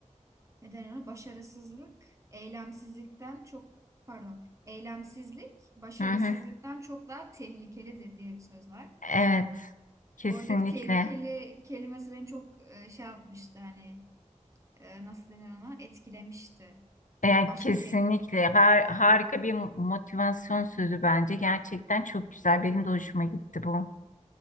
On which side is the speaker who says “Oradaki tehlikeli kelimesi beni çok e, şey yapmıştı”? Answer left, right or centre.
Right